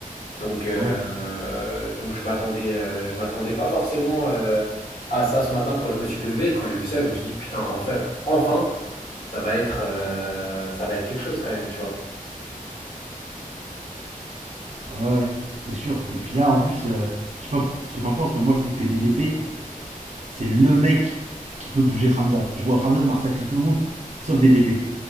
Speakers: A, on the left (about 80°); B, on the right (about 50°).
A: donc euh,
B: Ouais.
A: euh, donc je m'attendais, euh, je m'attendais pas forcément euh, à ça ce matin quand je me suis levé. Et quand j'ai vu ça, je me suis dit putain, enfin, enfin, ça va être, euh, ça va être quelque chose quand même, tu vois.
B: Ouais, ouais. c'est sûr. Et puis là, en plus, euh, je sais pas pour ce que t'en penses, mais moi, je trouve que DDP, c'est le mec qui peut bouger Ramzat. Je vois Ramzat massacrer tout le monde, sauf DDP.